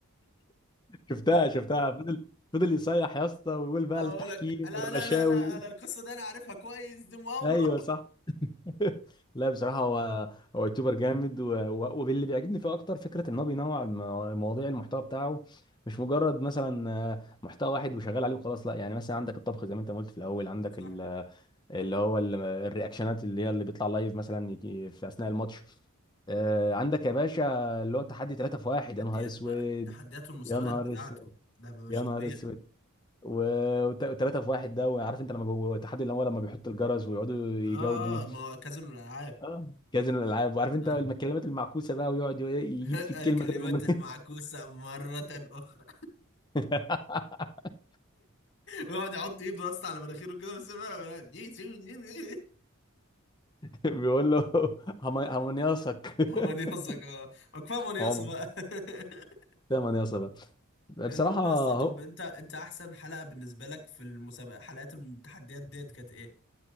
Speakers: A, on the left; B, on the left.
A: شفتها شفتها فضل فضل يصيح يا اسطى ويقول بقى
B: أقول
A: التحكيم
B: لك لا
A: والرشاوي
B: لا لا لا أنا القصة دي أنا عارفها كويس دي مؤامرة
A: ايوه صح <laughs> لا بصراحه هو هو يوتيوبر جامد و- و- واللي بيعجبني فيه اكتر فكره ان هو بينوع الم- مواضيع المحتوى بتاعه مش مجرد مثلا آه، محتوى واحد وشغال عليه وخلاص لا يعني مثلا عندك الطبخ زي ما انت ما قلت في الاول عندك
B: صح
A: ال- اللي هو ال- الرياكشنات اللي هي اللي بيطلع لايف مثلا يجي في اثناء الماتش آه، عندك يا باشا اللي هو تحدي ثلاثة في واحد
B: تحديات
A: يا نهار اسود
B: بقى تحديات والمسابقات
A: يا نهار
B: بتاعته
A: اسود
B: ده بقى مش
A: يا نهار
B: طبيعي
A: اسود و- وت- وتلاتة في واحد ده وعارف انت لما بو- تحدي الاموال لما بيحط الجرس ويقعدوا يجاوبوا
B: آه آه، ما هو كازينو الألعاب
A: اه كازينو الالعاب وعارف انت
B: آه.
A: الكلمات المعكوسه بقى ويقعد ي-
B: <laughs>
A: يجيب في الكلمه
B: الكلمات
A: كده من
B: المعكوسة مرة أخرى
A: <laughs>
B: ويقعد يحط إيده بس على مناخيره كده بس بقى ولا- <laughs>
A: بيقول له هم- همنياصك <laughs>
B: هو منيصة كمان كفاية منيصة
A: عمر
B: بقى <laughs>
A: ده منياصه بقى بصراحه
B: المهم
A: اهو
B: يا اسطى طب انت انت احسن حلقه بالنسبه لك في المسابقه حلقات التحديات ديت كانت ايه؟